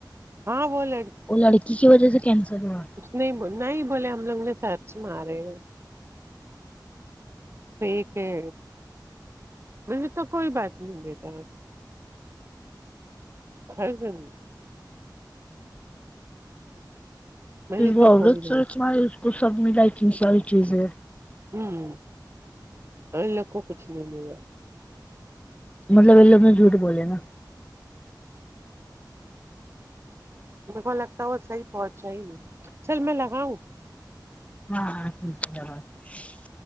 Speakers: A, on the right (about 35°); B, on the left (about 15°).
A: ہاں بولے
B: وہ لڑکی کی وجہ سے کینسر ہوا
A: نہیں نہیں بولے ہم لوگ نے سرچ مارے ہیں پیک ہے مے تو کوئی بات نہیں بیٹا <unintelligible> میری
B: پھر وہ
A: تو
B: عورت
A: کوئی بات
B: سورت مار اس کو سب ملا ہےت ساری چیزیں
A: ہمم ان لوگ کو کچھ نہیں ما
B: مطلب ا لو نے جھوٹ بول نا
A: میر کو لگتا ہے وہ صحیح پہنچا ہی گ چل میں لگاؤں
B: ہاں ہاں ٹھیک ہے ب